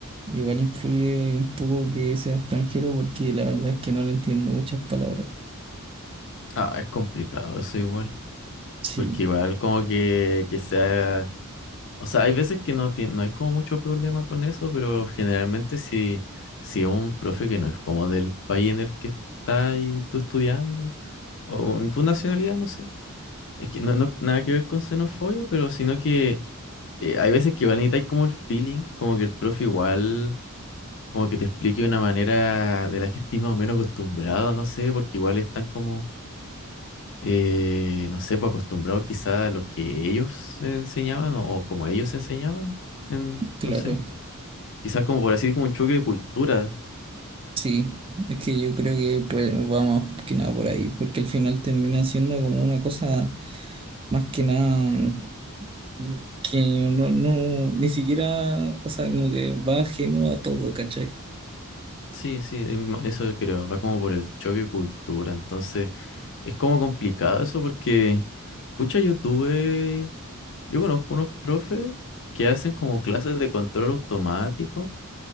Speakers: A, on the right (about 25°); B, on the left (about 60°).
A: igual influye un poco que sea extranjero porque la verdad es que no le entiendo muchas palabras.
B: ah, es complicado eso igual.
A: Sí,
B: Porque igual como que, que sea O sea, hay veces que no, tien- no hay como mucho problema con eso, pero generalmente si, si un profe que no es como del país en el que está y tú estudiando, o en tu nacionalidad, no sé, es que no, no nada que ver con xenofobia, pero sino que eh, hay veces que igual necesitas como el feeling, como que el profe igual, como que te explique de una manera de la que estés más o menos acostumbrado, no sé, porque igual están como, eh, no sé, pues acostumbrados quizás a lo que ellos enseñaban o, o como ellos enseñaban, en,
A: claro,
B: no sé. Quizás como por así, como un choque de cultura.
A: sí. Es que yo creo que pues va más que nada por ahí, porque al final termina siendo como una cosa más que nada mm, que no, no, ni siquiera, o sea, como que va ajeno a todo, ¿cachai?
B: Sí, sí, es ma- eso creo, va como por el choque de cultura. Entonces, es como complicado eso porque, pucha, yo tuve, yo conozco unos profes que hacen como clases de control automático,